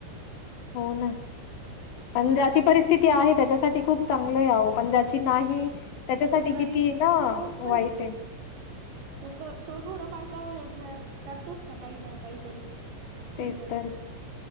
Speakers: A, on the left (about 70°); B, on the right (about 65°).
A: हो ना पण ज्याची परिस्थिती आहे त्याच्यासाठी खूप चांगल आहे अहो पण ज्याची नाही त्याच्यासाठी
B: तो गरीब
A: किती ना
B: तो पण
A: वाईट आहे.
B: तो क तो थोडं फार का होई ना करतोच ना काही ना काहीतरी.
A: तेच
B: हे करून
A: तर